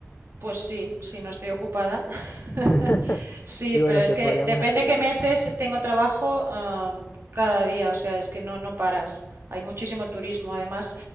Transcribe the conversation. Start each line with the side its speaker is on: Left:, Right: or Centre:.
Right: Pues sí, si no estoy ocupada. <laughs>
Left: <laughs>
Right: Sí,
Left: Y bueno,
Right: pero
Left: ¿qué
Right: es que
Left: podríamos
Right: depende
Left: hacer allá?
Right: qué meses tengo trabajo, am, cada día, o sea, es que no, no paras. Hay muchísimo turismo. Además,